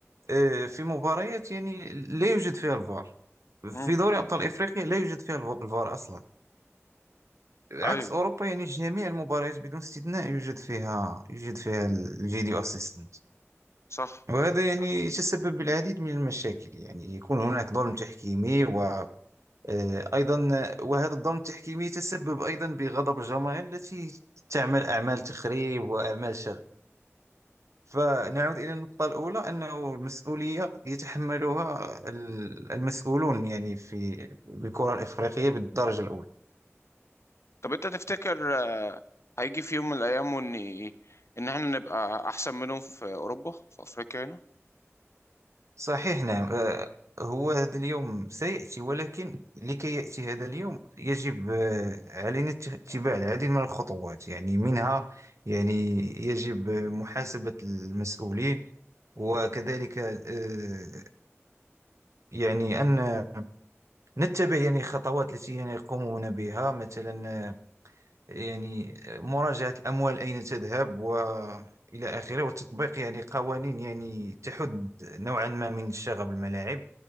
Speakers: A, on the right; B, on the left.
A: آه، في مباريات يعني لا يوجد فيها الفار في
B: امم
A: دوري ابطال افريقيا لا يوجد فيها الف- الفار اصلا عكس
B: ايوه
A: اوروبا يعني جميع المباريات بدون استثناء يوجد فيها يوجد فيها الفيديو اسيستنت
B: صح
A: وهذا يعني يتسبب بالعديد من المشاكل يعني يكون هناك ظلم تحكيمي و آه، أيضا وهذا الظلم التحكيمي يتسبب أيضا بغضب الجماهير التي تعمل أعمال تخريب وأعمال شغب فنعود إلى النقطة الأولى أنه المسؤولية يتحملها ال- المسؤولون يعني في بالكرة الإفريقية بالدرجة الأولى
B: طب انت تفتكر آه، هيجي في يوم من الايام ان ان احنا نبقى احسن منهم في اوروبا في افريقيا هنا
A: صحيح نعم آه، هو هذا اليوم سيأتي ولكن لكي يأتي هذا اليوم يجب آه، علينا ات- اتباع العديد من الخطوات يعني منها يعني يجب محاسبة المسؤولين وكذلك آه، يعني أن نتبع يعني خطوات التي يعني يقومون بها مثلا آه، يعني آه، مراجعة الأموال أين تذهب وإلى آخره وتطبيق يعني قوانين يعني تحد نوعا ما من شغب الملاعب